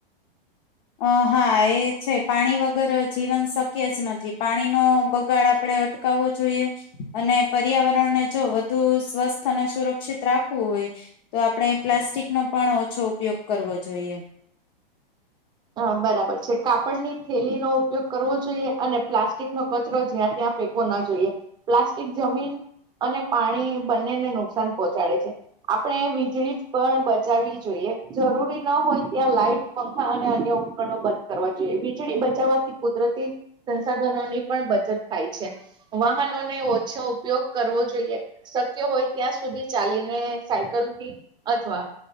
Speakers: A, on the left; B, on the right.
A: અ હા એ છે પાણી વગર જીવન શક્ય જ નથી પાણીનો બગાડ આપણે અટકાવવો જોઈએ અને પર્યાવરણને જો વધુ સ્વસ્થ અને સુરક્ષિત રાખવું હોય તો આપણે પ્લાસ્ટિકનોો પણ ઓછો ઉપયોગ કરવો જોઈએ
B: હ બરાબર છે કાપડની થેલી નો ઉપયોગ કરવો જોઈએ અને પ્લાસ્ટિક નો કચરો જ્યાં ત્યાં ફેંકવો ન જોઈએ પ્લાસ્ટિક જમીન અને પાણી બંનેને નુકસાન પહોંચાડે છે આપણે વીજળી પણ બચાવવી જોઈએ જરૂરી ન હોય ત્યાં લાઈટ પંખા અને ઉપકરણ બંધ કરવા જોઈએ વીજળી બચાવવાથી કુદરતી સંસાધનોની પણ બચત થાય છે વાહનોને ઓછો ઉપયોગ કરવો જોઈએ શક્ય હોય ત્યાં સુધી ચાલીને સાયકલથી અથવા